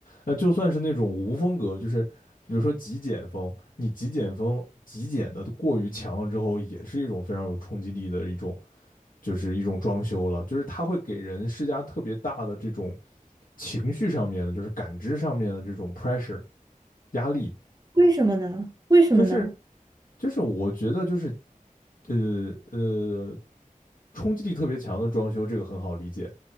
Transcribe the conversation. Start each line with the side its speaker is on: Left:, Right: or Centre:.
Left: 那就算是那种无风格，就是比如说极简风，你极简风极简的过于强了之后，也是一种非常有冲击力的一种。就是一种装修了，就是它会给人施加特别大的这种情绪上面的，就是感知上面的这种 pressure 压力，
Right: 为什么呢？为什么呢？
Left: 就是就是我觉得就是呃呃冲击力特别强的装修，这个很好理解，